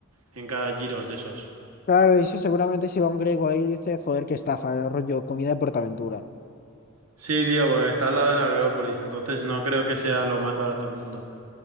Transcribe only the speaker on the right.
en cada giros de esos.
Sí, tío, porque está al lado de la Agrópolis, entonces no creo que sea lo más barato del mundo.